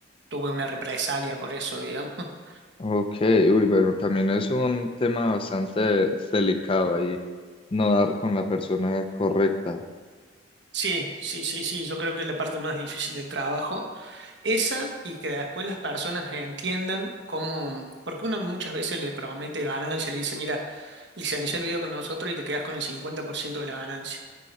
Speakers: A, on the right; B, on the left.
A: tuve una represalia por eso, digamos. <laughs>
B: ok. Uy, bueno, también es un tema bastante delicado ahí, no dar con la persona correcta.
A: Sí, sí, sí, sí, yo creo que es la parte más difícil del trabajo. Esa y que después las personas entiendan cómo, porque uno muchas veces le promete ganancia, le dice, mira, licencia el video con nosotros y te quedas con el 50% de la ganancia.